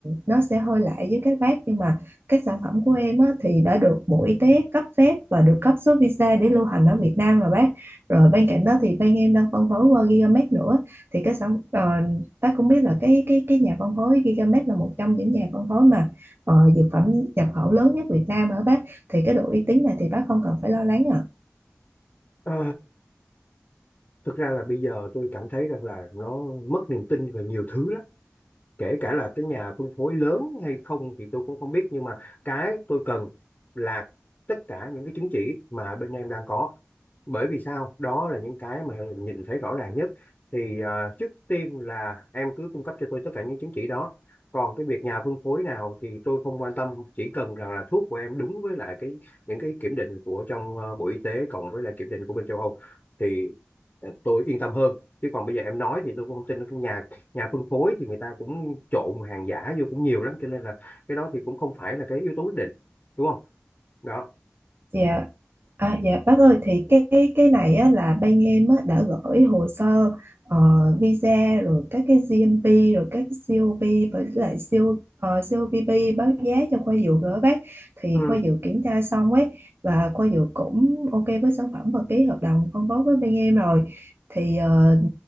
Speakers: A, on the right; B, on the left.
A: nó sẽ hơi lạ với các bác nhưng mà các sản phẩm của em á, thì đã được Bộ Y tế cấp phép và được cấp số visa để lưu hành ở Việt Nam rồi bác rồi bên cạnh đó thì bên em đang phân phối qua Gigamed nữa thì cái sản ờ, bác cũng biết là cái cái cái nhà phân phối Gigamed là một trong những nhà phân phối mà ờ, dược phẩm nhập khẩu lớn nhất Việt Nam ở bác thì cái độ uy tín này thì bác không cần phải lo lắng ạ
B: Ờ, thực ra là bây giờ tôi cảm thấy rằng là nó mất niềm tin về nhiều thứ lắm kể cả là cái nhà phân phối lớn hay không thì tôi cũng không biết nhưng mà cái tôi cần là tất cả những cái chứng chỉ mà bên em đang có bởi vì sao đó là những cái mà nhìn thấy rõ ràng nhất thì à, trước tiên là em cứ cung cấp cho tôi tất cả những chứng chỉ đó còn cái việc nhà phân phối nào thì tôi không quan tâm chỉ cần rằng là thuốc của em đúng với lại cái những cái kiểm định của trong ờ, Bộ Y tế cộng với lại kiểm định của bên châu Âu thì ờ, tôi yên tâm hơn chứ còn bây giờ em nói thì tôi cũng không tin cái nhà nhà phân phối thì người ta cũng trộn hàng giả vô cũng nhiều lắm cho nên là cái đó thì cũng không phải là cái yếu tố quyết định đúng không đó
A: Dạ. À, dạ bác ơi thì cái cái cái này á, là bên em á, đã gửi hồ sơ ờ, visa rồi các cái GMP rồi các cái COP với lại CO, ờ, COPP báo giá cho khoa dược rồi đó bác thì
B: ừ,
A: khoa dược kiểm tra xong ấy và khoa dược cũng ok với sản phẩm và ký hợp đồng phân phối với bên em rồi thì ờ,